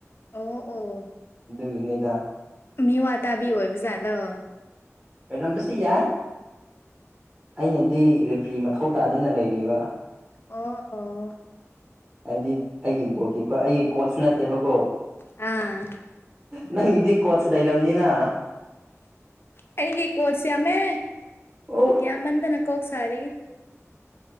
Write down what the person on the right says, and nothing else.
ꯑꯗꯨꯒꯤꯅꯦꯗ
ꯑꯣꯏꯔꯝꯕꯁꯨ ꯌꯥꯏ ꯑꯩꯅꯗꯤ ꯔꯦꯐ꯭ꯔꯤ ꯃꯊꯧ ꯇꯥꯗꯦꯅ ꯂꯩꯔꯤꯕ
ꯍꯥꯏꯕꯗꯤ ꯑꯩꯒꯤ ꯒꯣꯜ ꯀꯤꯞꯄꯔ ꯑꯩꯒꯤ ꯀꯣꯆ ꯅꯠꯇꯦꯕꯀꯣ
ꯅꯪꯒꯤꯗꯤ ꯀꯣꯆ ꯂꯩꯔꯝꯅꯤꯅ
ꯑꯣ